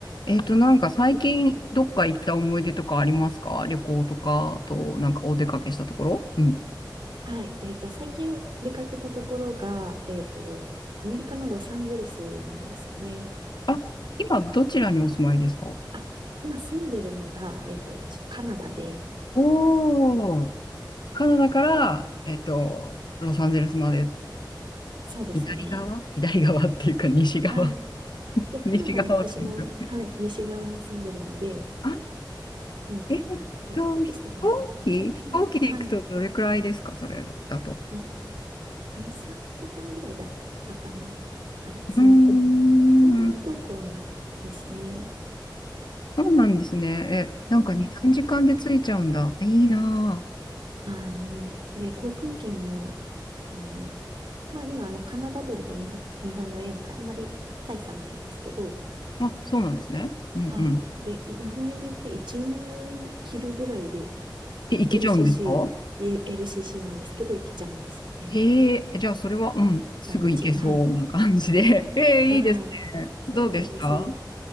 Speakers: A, on the left; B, on the right.
A: えっと、なんか最近どっか行った思い出とかありますか旅行とか、あと、なんかお出かけしたところうん。
B: はい。えっと、最近出かけたところが、えっと、アメリカのロサンゼルスなんですね。
A: あ、今どちらにお住まいですか
B: あ、今住んでるのが、えっと、ちょっとカナダで、
A: おー、カナダから、えっと、ロサンゼルスまで
B: そうですね。
A: 左側左側っていうか西側。
B: はい。
A: <laughs>
B: で、カナダの私も、
A: 西側というか。
B: はい、西側に住んでるので、
A: あ、
B: に、
A: えっ
B: な、どれぐらいでしたかね。
A: と、飛行機飛行機で行くとどれくらいですかそれだと。
B: そんなに、はい。に、2、3時間ぐらいだったかなって感じですね。
A: うーん、
B: そんなに遠くはないですね。
A: そうなんですね。え、なんか2、
B: うん。
A: 3時間で着いちゃうんだ。いいな
B: はい。もう、で、航空券も、あの、まあ今、あの、カナダドルと日本、日本の円ってあんまり大差ないんですけど、
A: あ、そうなんですね。うんうん。
B: はい。で、い日本円で言って1万円切るぐらいで、あの、
A: え、行けちゃうんですか
B: LCC、い LCC なんですけど、行けちゃうんですよね。
A: へえ、じゃあそれは、うん、すぐ行けそうな感じで。
B: 片道。はい。
A: <laughs> ええ、
B: はい。
A: いいですね。
B: そうなんです。
A: どうでした
B: い